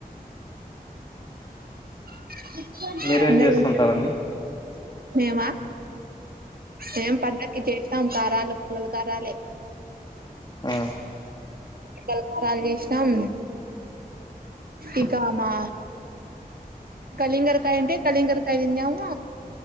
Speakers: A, on the right; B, on the left.
A: <inaudible>
B: కాదు మీరేం చేస్తుంటారండి
A: మేమా మేం పండకి చేసి నం కారాలు పుల్లల కారాలే
B: ఆ
A: పుల్లలకారాలు చేసినాం ఇకా
B: ఉమ్
A: మా కలింగడుకాయ ఉంటే కళింగడుకాయ దిన్యము